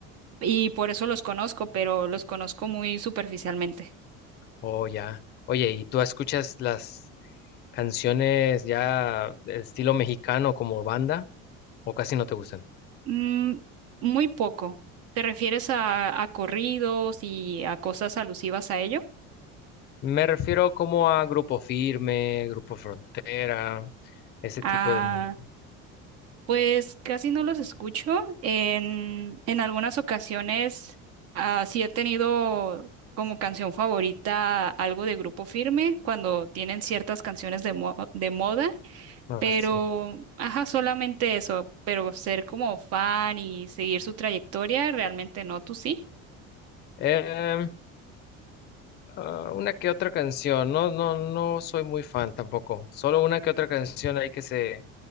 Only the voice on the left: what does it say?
Oh, ya. Oye, ¿y tú escuchas las canciones ya de estilo mexicano como banda o casi no te gustan?
Me refiero como a Grupo Firme, Grupo Frontera, ese
tipo de música.
Así.
Em, ah, una que otra canción. No, no, no soy muy fan tampoco. Solo una que otra canción ahí que se